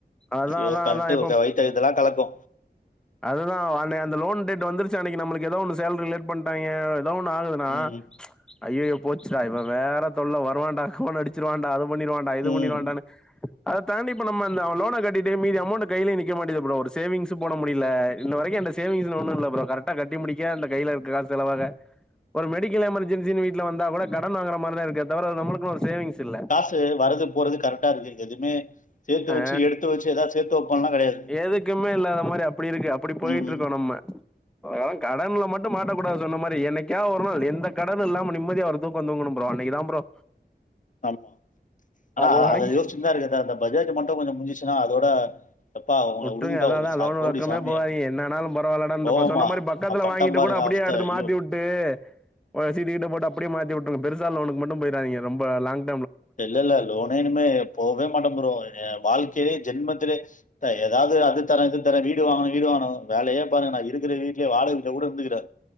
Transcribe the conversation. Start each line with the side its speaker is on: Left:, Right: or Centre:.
Centre: அதான்
Left: ஐயோ
Centre: அதான்
Left: பரெட்டு
Centre: அதான்
Left: வயத்த கீதலா கலக்கு
Centre: அதுதா அந்த அந்த லோன் டேட் வந்துருச்சு அன்னைக்கு நம்மளுக்கு ஏதோ ஒன்னு சேலரி லேட் பண்ட்டாங்க ஏதா ஒண்ணு ஆகு நா
Left: ம்
Centre: ஐயயோ போச்சுடா இப்ப வேற தொல்ல வருவாண்டா ஃபோன் அடிச்சிருவாண்டா அது பண்ணிருவாண் டா இது
Left: ம்
Centre: பண்ணிருவாண்டான்னு அத தாண்டிப் இப்ப நம்ம அந்த லோன கட்டிட்டு மீதி அமௌண்ட் கையிலயே நிக்க மாட்டது ப்ரோ ஒரு சேவிங்ஸ் போட முடியில இந்த வரைக்கு எந்த சேவிங்கஸ்ல ஒன்னு இல்ல ப்ரோ கரெக்டா கட்டி முடிக்க அந்த கைல இருக்க காசு செலவாக ஒரு மெடி க்கல் எமர்ஜெசின் வீட்ல வந்தா கூட கடன் வாங்குற மாரிாதா இருக்கே தவிர நம்மளுக்கு ஒரு சேவிங்ஸ் இல்ல
Left: கு வரது போறது கரெக்டா இருக்கு எனக்கு எதுவுமே சேத்து
Centre: ஆ,
Left: வெச்சு எடுத்து வெச்சு ஏதாது சேத்து வைப்போன்லா கெடையாது
Centre: எதுக்குமே இல்லாத மாரி அப்டி இருக்கு அப்டி போயிட்டு
Left: ம்
Centre: இருக்கோ நம்ம ஆ கடன்ல மட்டு மாட்டக் கூடாது சொன்ன மாரி எனக்கா ஒரு நாள் எந்த கடன் இல்லாம நிம்மதிய அவ தூக்கோ தூங்கணும் ப்ரோ அன்னைக்கு தா ப்ரோ
Left: ஆமா அனா
Centre: அது
Left: அத
Centre: வரைக்கு
Left: அத யோசிச்சுதா இருக்குது அந்த பஞ்சாயத்து மட்டு கொஞ்சோ முஞ்சச்சுன்னா அதோட எப்பா உங்கள
Centre: உட்ருங்க
Left: உடுங்கப்பா
Centre: அத
Left: ஒரு
Centre: தான்
Left: சா
Centre: லோன்
Left: கோடி
Centre: பக்கமே
Left: சாமி
Centre: போகாதீங்க என்னாலும் பரவால்லடா
Left: கோவமா
Centre: சொன்ன மாதிரி பக்கத்துல
Left: நா பட்டம்
Centre: வாங்கிட்டு
Left: பாருங்க
Centre: கூட அப்டியே
Left: அவஸ்த
Centre: அடுத்து
Left: ஐயோ
Centre: மாத்திவிட்டு ட்டு சீட்டு கிட்ட போட்டு அப்டியே மாத்தி விட்ருங்க பெருசா லோன்னுக்கு மட்டு போய்ராதீங்க ரொம்ப லாங்க்
Left: இல்ல இல்ல லோனே இனுமே போகவே மாட்டோ ப்ரோ வாழ்க்கையிலே ஜென்மத்திலே இல்ல ஏதாவது அது தர இது தர வீடு வாங்கனு வீடு வாங்கனு வேலையே பாருங்க நான் இருக்கற வீட்லயே வாடக வீட்ல கூட இருந்துக்கற